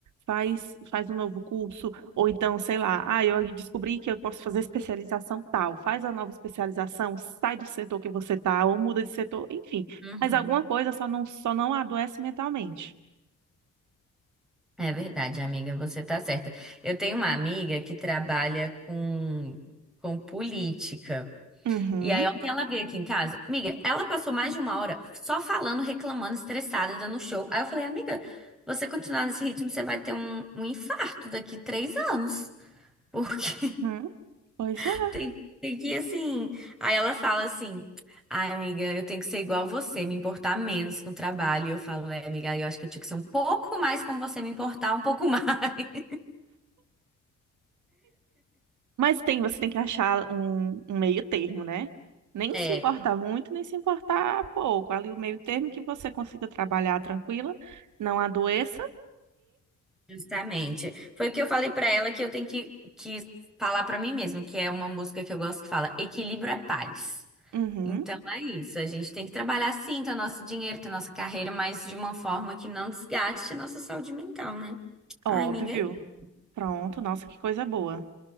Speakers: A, on the right; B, in the centre.
A: faz, faz um novo curso, ou então, sei lá, ah, eu descobri que eu posso fazer especialização tal, faz a nova especialização, sai do setor que você está, ou muda de setor, enfim,
B: Uhum.
A: faz alguma coisa, só não, só não adoece mentalmente.
B: É verdade, amiga, você tá certa. Eu tenho uma amiga que trabalha com, com política.
A: Uhum,
B: E aí ontem ela veio aqui em casa. Amiga, ela passou mais de uma hora só falando, reclamando, estressada, dando show. Aí eu falei, amiga, você continuar nesse ritmo, você vai ter um, um infarto daqui três anos. Porque
A: uhum, pois
B: <laughs>
A: é.
B: tem, tem que ir assim. Aí ela fala assim, ai, amiga, eu tenho que ser igual a você, me importar menos com o trabalho. E eu falo, é, amiga, eu acho que eu tinha que ser um pouco mais como você, me importar um pouco mais. <laughs>
A: Mas tem, você tem que achar um, um meio termo, né? Nem
B: É,
A: se importar muito, nem se importar pouco. Ali o meio termo que você consiga trabalhar tranquila, não adoeça.
B: Justamente. Foi o que eu falei pra ela que eu tenho que, que falar pra mim mesma, que é uma música que eu gosto que fala equilíbrio é paz.
A: Uhum,
B: Então é isso, a gente tem que trabalhar sim, ter o nosso dinheiro, ter nossa carreira, mas de uma forma que não desgaste a nossa saúde mental, né? Ai,
A: óbvio.
B: amiga, é isso.
A: Pronto, nossa, que coisa boa.